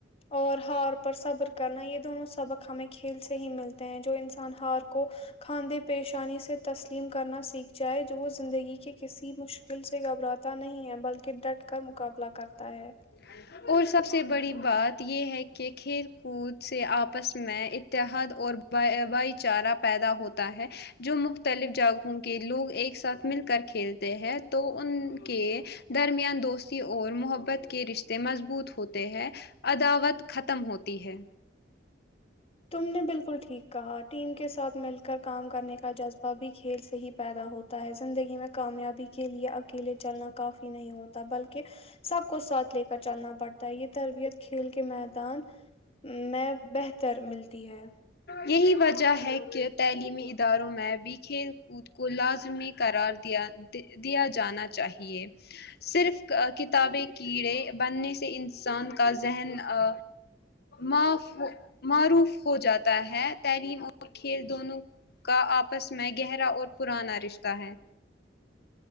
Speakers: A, on the left; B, on the left.
A: اور ہار پر صبر کرنا یہ دونوں سبق ہمیں کھیل سے ہی مل تے ہیں جو انسان ہار کو کھاندے پیشانی سے تسلیم کرنا سیکھ جائے جو وہ زندگی کے کسی مش دل سے گھبراتا نہیں ہے بلکہ ڈٹ کر مقابلہ کرتا ہے
B: <inaudible> اور سب سے بڑی بات یہ ہے کہ کھیل کود سے آپس میں اتحاد اور ب بھائی چارہ پیدا ہوتا ہے جو مختلف جگہوں کے لوگ ایک ساتھ مل کر کھیلتے ہیں تو ان کے درمیان دوستی اور محبت کے رشتے مضبوط ہوتے ہیں عداوت ختم ہوتی ہے
A: تم نے بالکل ٹھیک کہا ٹیم کے ساتھ مل کر کام کرنے کا جذبہ بھی کھیل سے ہی پیدا ہو تا ہے زندگی میں کامیابی کے لیے اکیلے چلنا کافی نہیں ہوتا بلکہ سب کو ساتھ لے کر چلنا پڑتا ہے یہ تربیت کھیل کے میدان میں بہتر ملتی ہے
B: یہی وجہ ہے کہ تعلیمی اداروں میں بھی کھیل کود کو لازمی قرار دیا دیا جانا چاہیے صرف کتابیں کیڑے بننے سے انسان کا ذہن آ معاف مع ر ہو جاتا ہے تعلیم اور کھیل دونوں کا آپس میں گہرا اور پرانا رش تہ ہے